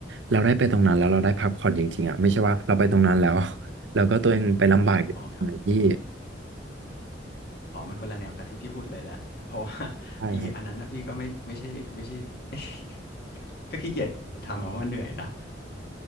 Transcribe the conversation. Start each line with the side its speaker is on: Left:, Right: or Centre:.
Right: เราได้ไปตรงนั้นแล้วเราได้พักผ่อนจริงๆอะไม่ใช่ว่าเราไปตรงนั้นแล้ว <laughs> แล้วก็ตัวเองไปลำบากอยู่ตรงไหนที่
Left: ครับ อ๋อมันคนละแนวกับที่พี่พูดเลยแหละเพราะว่า <laughs>
Right: ใช่ครับ
Left: อีอันนั้นนะพี่ก็ไม่ไม่ใช่ไม่ใช่ <laughs> ก็ขี้เกียจทำอะเพราะมันเหนื่อยนะ